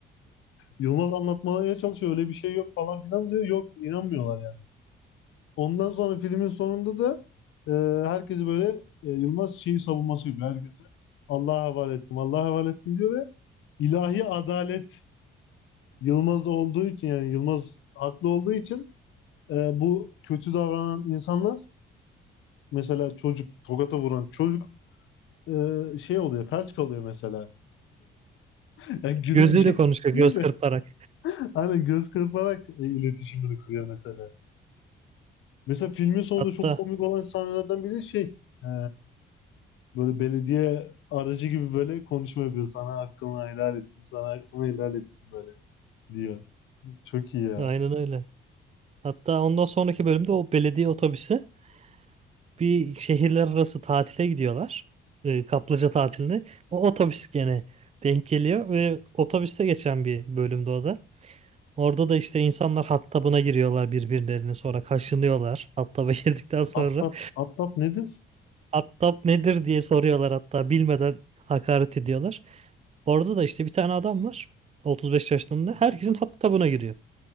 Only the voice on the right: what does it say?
Gözüyle konuşuyor
göz
kırparak.
Hatta
aynen öyle. Hatta ondan sonraki bölümde o belediye otobüsü bir şehirler arası tatile gidiyorlar. Ee, Kaplıca tatiline. O otobüs gene denk geliyor ve otobüste geçen bir bölümde o da. Orada da işte insanlar hattabına giriyorlar birbirlerine sonra kaşınıyorlar. Hattaba <laughs> girdikten sonra
hattab nedir diye soruyorlar hatta bilmeden hakaret ediyorlar. Orada da işte bir tane adam var 35 yaşlarında herkesin hattabına giriyor.